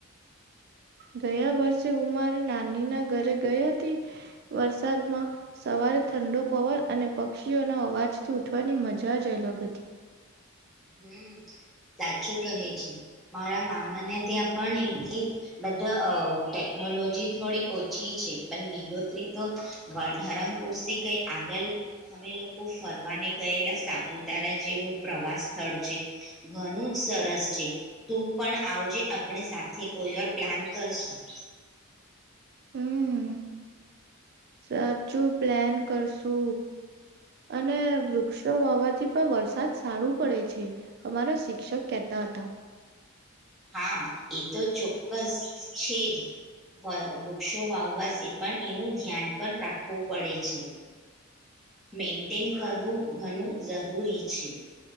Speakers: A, on the right (about 50°); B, in the centre.
A: ગયા વર્ષે હું મારી નાનીના ઘરે ગઈ હતી વરસાદમાં સવારે ઠંડો પવન અને પક્ષીઓના અવાજથી ઉઠવાની મજા જ અલગ હતી.
B: હમ સાચું કહે છે મારા મામાને ત્યાં પણ કે બધા ટેકનોલોજી થોડી ઓછી છે પણ લીલોતરી તો ધરમપુર કઈ આગળ અમે લોકો ફરવાને ગયેલા સાપુતારા જેવું પ્રવાસ. છે ઘણું જ સરસ છે તું પણ આવજે આપણે સાથે કોઈર પ્લાન કરશું.
A: હમ સાચું પ્લાન કરશુ. અને વૃક્ષો વાવાથી. પણ વરસાદ સારું પડે છે. અમારા શિક્ષક કતા હતા.
B: હા એ તો ચોક્કસ છે જ વૃક્ષો વાવવાથી પણ એનું ધ્યાન પણ રાખવું પડે છે. મેન્ટેન કરવું ઘણું જરૂરી છે.